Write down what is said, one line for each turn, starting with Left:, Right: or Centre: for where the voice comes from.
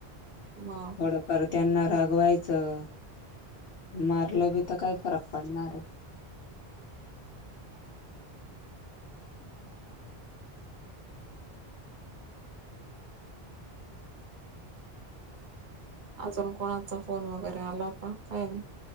Right: मग
Left: थोडंफार त्यांना रागवायचं मारलं बी तर काही फरक पडणार आहे.
Right: अजुन कोणाचा फोन वगैरे आला होता काय नाही.